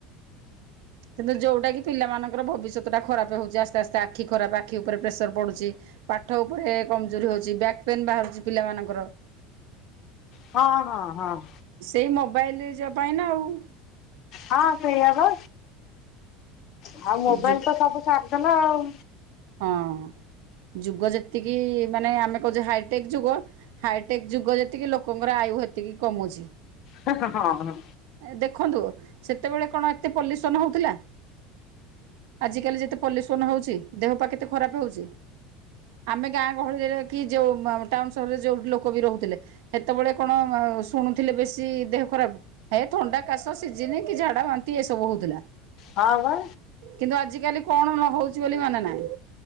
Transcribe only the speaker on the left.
ହଁ-ହଁ-ହଁ।
ହଁ ସେଇଆ ବା, ଆଉ ମୋବାଇଲ୍
ତ ସବୁ ସାରିଦେଲା ଆଉ।
ହେ-ହେ-ହଁ-ହଁ।
ହଁ ବା।